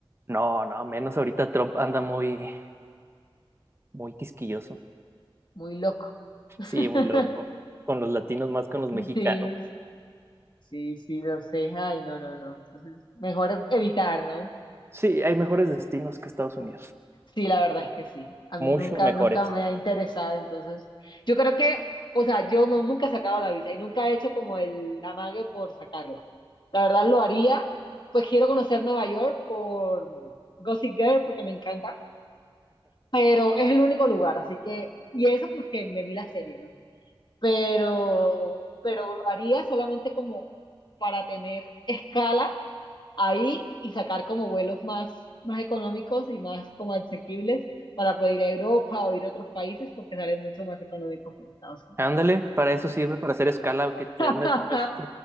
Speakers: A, on the right; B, on the left.
A: No, no, menos ahorita Trump anda muy, muy quisquilloso.
B: Muy loco. <laughs>
A: Sí, muy loco. Con los latinos más con los mexicanos.
B: Sí, Sí, sí, lo sé. Ay, no, no, no. Entonces, mejor evitar, ¿no?
A: Sí, hay mejores destinos que Estados Unidos.
B: Sí, la verdad es que sí. A
A: Mucho
B: mí nunca,
A: mejores.
B: nunca me ha interesado. Entonces, yo creo que, o sea, yo no, nunca he sacado la visa y nunca he hecho como el amague por sacarla. La verdad lo haría. Pues quiero conocer Nueva York por Gossip Girl porque me encanta, pero es el único lugar, así que, y eso porque me vi la serie, ¿no? Pero, pero lo haría solamente como para tener escala ahí y sacar como vuelos más, más económicos y más como asequibles para poder ir a Europa o ir a otros países porque salen mucho más económicos por Estados Unidos.
A: Ándale, para eso sirve, para hacer escala, que te
B: <laughs>
A: una- Pues,